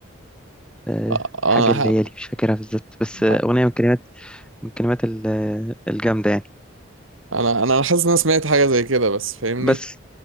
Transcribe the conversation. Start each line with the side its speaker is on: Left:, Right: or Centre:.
Centre: آه،
Right: آه،
Centre: حاجه
Right: انا ح...
Centre: الليالي مش فاكرها بالظبط بس آه،
Right: ح...
Centre: اغنيه من كلمات من كلمات الجامده يعني
Right: انا انا حاسس ان انا سمعت حاجه زي كده بس فاهمني
Centre: بس